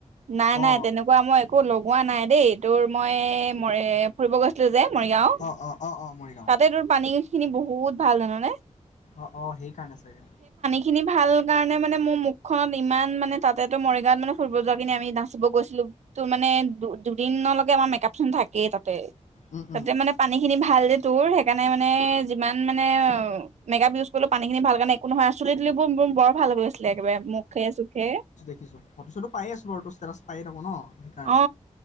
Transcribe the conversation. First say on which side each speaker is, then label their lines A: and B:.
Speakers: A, on the right (about 70°); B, on the left (about 75°).
A: নাই
B: অ
A: -নাই তেনেকুৱা মই একো লগোৱা নাই দেই তোৰ মই মৰ এ ফুৰিব গৈছলো যে। মৰিগাওঁ
B: অ অ অ অ মৰিগাঁও
A: তাতে তোৰ পানী সিখিনি বহুত ভাল জান নে।
B: অহ, অহ সেই কাৰণে চাগে।
A: সেইখিনি ভাল কাৰণে মানে মোৰ মুখখনত ইমান মানে তাতে তো মৰিগাঁৱত মানে ফুৰিব যোৱাখিনি আমি নাচিব গৈছিলো তো মানে দুদিনলৈকে আমাৰ মেকআপ খিনি থাকেই তাত
B: উম
A: তাতে
B: উম
A: মানে পানী খিনি ভাল যে তোৰ সেইকাৰণে মানে যিমান মানে মেকআপ ইউজ কৰিলো পানী খিনি ভাল কাৰণে কোন নহয় আ চুলি তুলিবোৰ মোৰ বৰ ভাল হৈ গৈছিলে একেবাৰে মুখে চুখে
B: দেখিছোঁ ফটো শ্বটো পাই আছো বাৰ ষ্টেটাছ পায়েই থাকো ন সেইকাৰণে
A: অ